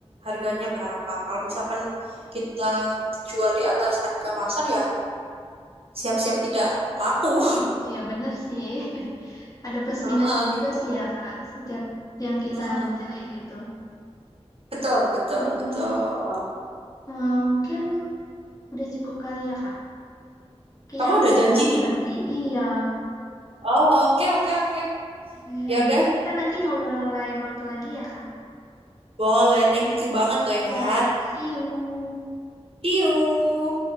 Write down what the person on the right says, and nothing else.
harganya berapa. Kalau misalkan kita jual di atas harga pasar ya siap-siap tidak laku. <laughs>
Heeh,
gitu.
Mm-mm.
Betul, betul,
betul.
Kamu
ada
janji
nih?
Oh, oke, oke, oke.
Ya
udah,
boleh. Thank you banget loh
ya.
See you.